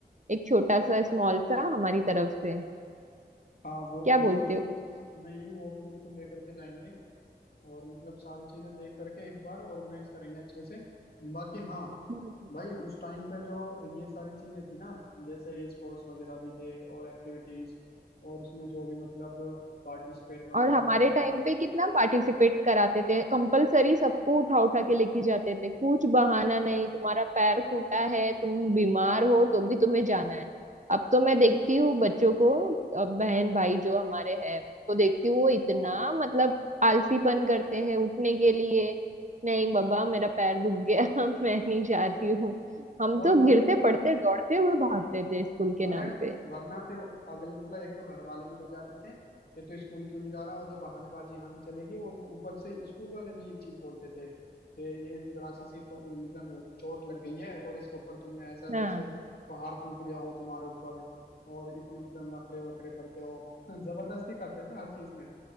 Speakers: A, on the right; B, on the left.
A: एक छोटा सा स्मॉल सा हमारी तरफ से
B: हाँ वो
A: क्या
B: वो
A: बोलते
B: भी
A: हो
B: नहीं नहीं वो भी बिल्कुल लेकर के जाएंगे और मतलब सारी चीजें देख करके एक बार ऑर्गेनाइज करेंगे अच्छे से बाकी हाँ
A: हम्म।
B: भाई उस टाइम पे जो ये सारी चीजें थी ना जैसे स्पोर्ट्स वगैरह भी थे और एक्टिविटीज और उसमें जो भी मतलब पार्टिसिपेट वगैरह
A: और हमारे
B: हुआ था
A: टाइम पे कितना पार्टिसिपेट कराते थे कंपलसरी सबको उठा उठा के लेके जाते थे कुछ बहाना नहीं तुम्हारा पैर टूटा है तुम बीमार हो तो भी तुम्हें जाना है अब तो मैं देखती हूँ बच्चों को अ, बहन भाई जो हमारे हैं तो देखती हूँ वो इतना मतलब आलसीपन करते हैं उठने के लिए नहीं बाबा मेरा पैर दुख गया <laughs> मैं नहीं जा रही हूँ हम
B: और
A: तो
B: वो
A: गिरते पड़ते दौड़ते हुए भागते थे स्कूल के नाम
B: अरे
A: पे
B: वरना फिर अगले मतलब एक तो घर वाले भी बजाते थे ये तो स्कूल क्यों नहीं जा रहा और ये बहानेबाजी यहाँ नहीं चलेगी और ऊपर से स्कूल वाले भी ये चीज बोलते थे कि ये जरा सी सी तो, मतलब चोट लग गई है और इसके ऊपर तुमने ऐसा
A: हाँ
B: जैसे पहाड़ टूट गया हो तुम्हारे ऊपर और इतने मतलब नखरे वखरे करते हो <laughs> जबरदस्ती करते थे हर चीज में